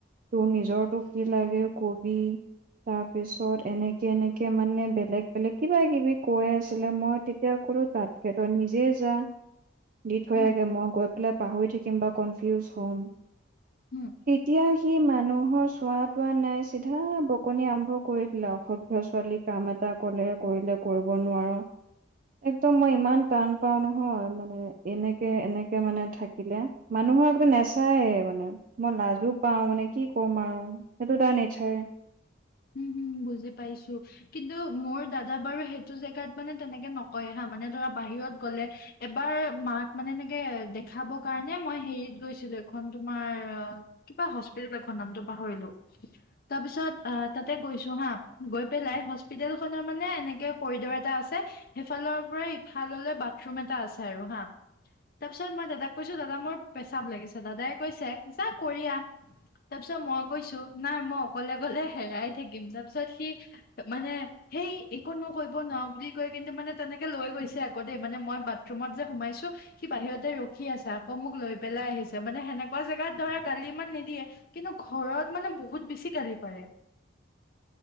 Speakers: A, on the right; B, on the left.
A: তোৰ নিজৰটো কি লাগে কবি তাৰপিছত এনেকে এনেকে মানে বেলেগ বেলেগ কিবা কিবি কৈ আছিলে মই তে তিয়া ক'লো তাতকে নিজে যা দি থৈ
B: উম
A: আগে মই গৈ পেলাই পাহই থাকিম বা কনফিউজ হ'ম
B: উম
A: তেতিয়া সি মানুহৰ চোৱাত কুৱা নাই চিধা বকনি আৰম্ভ কৰি দিলে আউ অসভ্য ছোৱালী কাম এটা কলে কৰিলে কৰিব নোৱাৰ একদম মই ইমান টান পাও নহয় মানে এনেকে এনেকে মানে থাকিলে মানুহৰ আগত নেচায়ে মানে মই লাজো পাও মানে কি কম আউ সেইটো তাৰ নে চাৰে
B: উম, হুম, বুজি পাইছো কিন্তু মোৰ দাদা বাৰু সেইটো জেগাত মানে তেনেকে নকয় হা মানে ধৰা বাহিৰত গ'লে এবাৰ মাক মানে এনেকে দেখাব কাৰণে মই হেৰিত গৈছিলো এখন তোমাৰ কিবা হস্পিতেল এখন নামতটো পাহৰিলো তাৰ পিছত আ তাতে গৈছ ত হা গৈ পেলাই হস্পিতেল খনৰ মানে এনেকে কৰিডৰ এটা আছে সেইফালৰ পৰা ইফাললে বাথৰুম এটা আছে আৰু হা তাৰ পিছত মই দাদাক কৈছো দাদা মোৰ পেচাব লাগিছে দাদাই কৈছে যা কৰি আ তাৰ পিছত মই কৈছো নাই মই অকলে অকলে হেৰাই থাকিম তাৰপিছত সি মানে সেই একো নকইব ন বুলি কৈ কিন্তু মানে তেনেকে লৈ গৈছে আকৌ দেই মানে মই বাথৰুমত যে সোমাইছো সি বাহিৰতে ৰখি আছে আকৌ মোক লৈ পেলাই আহিছে মানে সেনেকুৱা জেগাত ধৰা গালি ইমান নিদিয়ে কিন্তু ঘৰত মানে বহুত বেছি গালি পাৰে